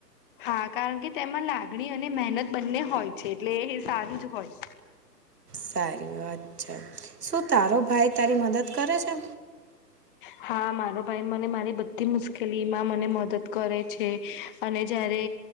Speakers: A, on the left (about 30°); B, on the right (about 70°).
A: હા કારણ કે તેમાં લાગણી અને મહેનત બંને હોય છે એટલે એ સારું જ હોય
B: સારી વાત છે શું તારો ભાઈ તારી મદદ કરે છે
A: હા મારો ભાઈ મને મારી બધી મુશ્કેલીમાં મને મદદ કરે છે અને જ્યારે